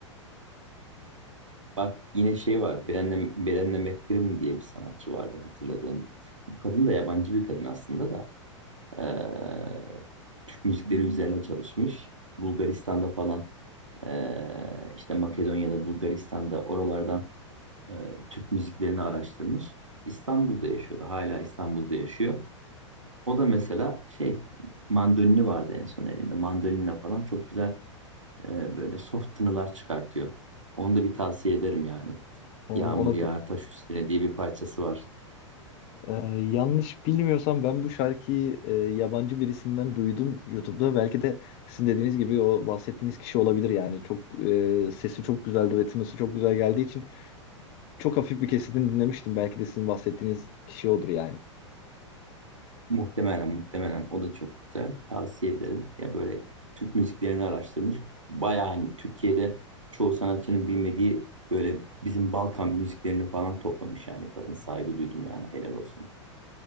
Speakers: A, on the right; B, on the left.
A: Bak yine şey var. Brené, Brené McBrim diye bir sanatçı vardı hatırladığım. Bu kadın da yabancı bir kadın aslında da. Ee, Türk müzikleri üzerine çalışmış. Bulgaristan'da falan ee, işte Makedonya'da, Bulgaristan'da oralardan ee, Türk müziklerini araştırmış. İstanbul'da yaşıyordu. Hala İstanbul'da yaşıyor. O da mesela şey mandolini vardı en son elinde. Mandolinle falan çok güzel e, böyle soft tınılar çıkartıyor. Onu da bir tavsiye ederim yani.
B: Ona,
A: Yağmur
B: ona,
A: yağar
B: da
A: taş üstüne diye bir parçası var.
B: Ee, yanlış bilmiyorsam ben bu şarkıyı e, yabancı birisinden duydum YouTube'da. Belki de sizin dediğiniz gibi o bahsettiğiniz kişi olabilir yani. Çok e, sesi çok güzeldi ve tınısı çok güzel geldiği için çok hafif bir kesitini dinlemiştim. Belki de sizin bahsettiğiniz kişi odur yani.
A: Muhtemelen muhtemelen o da çok güzel. Tavsiye ederim. Ya böyle Türk müziklerini araştırmış. Baya hani Türkiye'de çoğu sanatçının bilmediği böyle bizim Balkan müziklerini falan toplamış yani. Kadın saygı duydum yani helal olsun.